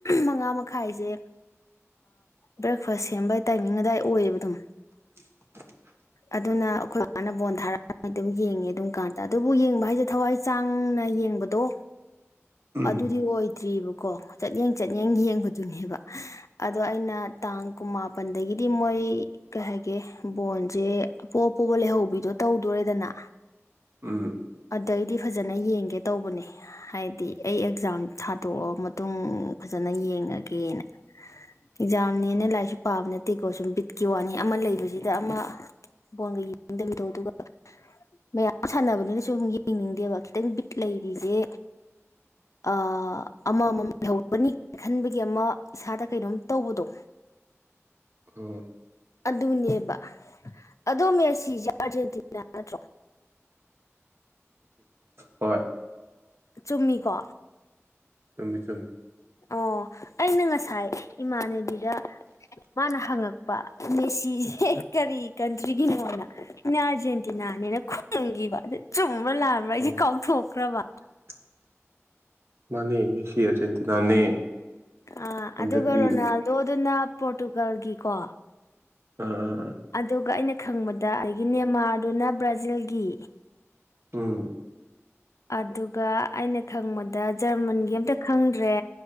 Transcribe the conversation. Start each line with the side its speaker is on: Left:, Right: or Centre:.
Left: ꯃꯉꯥ ꯃꯈꯥꯏꯖꯦ ꯕ꯭ꯔꯦꯛꯐꯥꯁ ꯁꯦꯝꯕꯩ ꯇꯥꯏꯃꯤꯡ ꯑꯗꯥꯏ ꯑꯣꯏꯌꯦꯕ ꯑꯗꯨꯝ
Right: <inaudible>
Left: ꯑꯗꯨꯅ ꯑꯩꯈꯣꯏ ꯕꯥꯅ ꯕꯣꯟ ꯊꯥꯔꯛ ꯑꯗꯨꯝ ꯌꯦꯡꯉꯦ ꯑꯗꯨꯝ ꯀꯥꯟꯗ ꯑꯗꯨꯕꯨ ꯌꯦꯡꯕ ꯍꯥꯏꯁꯦ ꯊꯋꯥꯏ ꯆꯥꯡ ꯆꯪꯅ ꯌꯦꯡꯕꯗꯣ
Right: ꯎꯝ
Left: ꯑꯗꯨꯗꯤ ꯑꯣꯏꯗ꯭ꯔꯤꯕꯀꯣ ꯆꯠꯌꯦꯡ ꯆꯠꯌꯦꯡ ꯌꯦꯡꯕꯗꯨꯅꯦꯕ ꯑꯗꯣ ꯑꯩꯅ ꯇꯥꯡ ꯀꯨꯟꯃꯥꯄꯟꯗꯒꯤꯗꯤ ꯃꯣꯏ ꯀꯩ ꯍꯥꯏ ꯒꯦ ꯕꯣꯟꯁꯦ ꯑꯄꯣ ꯄꯣꯕ ꯂꯩꯍꯧꯕꯤꯗꯣ ꯇꯧꯗꯣꯔꯦꯗꯅ
Right: ꯎꯝ
Left: ꯑꯗꯩꯗꯤ ꯐꯖꯅ ꯌꯦꯡꯒꯦ ꯇꯧꯕꯅꯦ ꯍꯥꯏꯗꯤ ꯑꯩ ꯑꯦꯛꯖꯥꯝ ꯊꯥꯗꯣꯛꯑ ꯃꯇꯨꯡ ꯐꯖꯅ ꯌꯦꯡꯉꯒꯦꯅ ꯑꯦꯛꯖꯥꯝꯅꯦꯅ ꯂꯥꯏꯔꯤꯛꯁꯨ ꯄꯥꯕ ꯅꯠꯇꯦꯀꯣ ꯁꯨꯝ ꯕꯤꯠꯀꯤ ꯋꯥꯅꯤ ꯑꯃ ꯂꯩꯕꯁꯤꯗ ꯑꯃ ꯕꯣꯟꯒ ꯌꯦꯡꯅꯤꯡꯗꯕꯤꯗꯣ ꯑꯗꯨꯒ ꯃꯌꯥꯝ ꯁꯥꯟꯅꯕꯅꯤꯅꯁꯨ ꯌꯦꯡꯅꯤꯡꯗꯦꯕ ꯈꯤꯇꯪ ꯕꯤꯠ ꯂꯩꯔꯤꯖꯦ ꯑ ꯑꯃꯃꯝ ꯅꯤꯛ ꯈꯟꯕꯒꯤ ꯑꯃ ꯏꯁꯥꯗ ꯀꯩꯅꯣꯝ ꯇꯧꯕꯗꯣ
Right: ꯎꯝ
Left: ꯑꯗꯨꯅꯦꯕ ꯑꯗꯣ ꯃꯦꯁꯤꯁꯦ ꯑꯥꯔꯖꯦꯟꯇꯤꯅꯥ ꯅꯠꯇ꯭ꯔꯣ
Right: ꯍꯣꯏ
Left: ꯆꯨꯝꯃꯤꯀꯣ
Right: ꯆꯨꯝꯃꯤ ꯆꯨꯝꯃꯤ
Left: ꯑꯣ ꯑꯩꯅ ꯉꯁꯥꯏ ꯏꯃꯥꯟꯅꯕꯤꯗ ꯃꯥꯅ ꯍꯪꯉꯛꯄ ꯃꯦꯁꯤꯁꯦ ꯀꯔꯤ ꯀꯟꯇ꯭ꯔꯤꯒꯤꯅꯣꯅ ꯑꯩꯅ ꯑꯥꯔꯖꯦꯟꯇꯤ ꯇꯤꯅꯥꯅꯦꯅ ꯈꯨꯝꯈꯤꯕ ꯑꯗꯨ ꯆꯨꯝꯕ꯭ꯔꯥ ꯂꯥꯕ꯭ꯔꯥ ꯑꯩꯁꯦ
Right: ꯎꯝ
Left: ꯀꯥꯎꯊꯣꯛꯈ꯭ꯔꯕ
Right: <inaudible> ꯃꯥꯅꯦ ꯃꯦꯁꯤ ꯑꯥꯔꯖꯦꯟꯇꯤꯅꯥꯅꯦ
Left: ꯑ
Right: ꯍꯟꯗꯛꯀꯤ
Left: ꯑꯗꯨꯒ ꯔꯣꯅꯥꯜꯗꯣꯗꯨꯅ ꯄꯣꯔꯇꯨꯒꯜꯒꯤꯀꯣ
Right: ꯑꯥ ꯑꯥ ꯑꯥ
Left: ꯑꯗꯨꯒ ꯑꯩꯅ ꯈꯪꯕꯗ ꯑꯗꯒꯤ ꯃꯦꯟꯃꯥꯔꯗꯨꯅ ꯕ꯭ꯔꯥꯖꯤꯜꯒꯤ
Right: ꯎꯝ
Left: ꯑꯗꯨꯒ ꯑꯩꯅ ꯈꯪꯕꯗ ꯖꯔꯃꯟꯒꯤ ꯑꯝꯇ ꯈꯪꯗ꯭ꯔꯦ